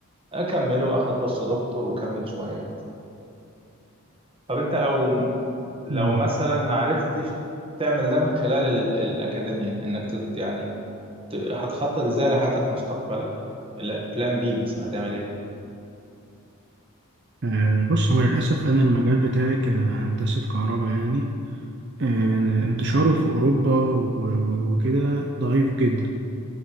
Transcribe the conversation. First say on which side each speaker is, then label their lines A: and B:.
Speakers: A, on the right; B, on the right.
A: أكمله أخد بوست دكتور وكمل شوية طب أنت لو لو
B: مم.
A: مثلا ما عرفتش تعمل ده من خلال ال- الأكاديمية إنك تت يعني ت- هتخطط ازاي لحياتك مستقبلا لا، بلان بي مثلا هتعمل ايه
B: آه، بص هو للاسف انا المجال بتاعي كهندسه كهرباء يعني آه، انتشاره في اوروبا و- و- وكده ضعيف جدا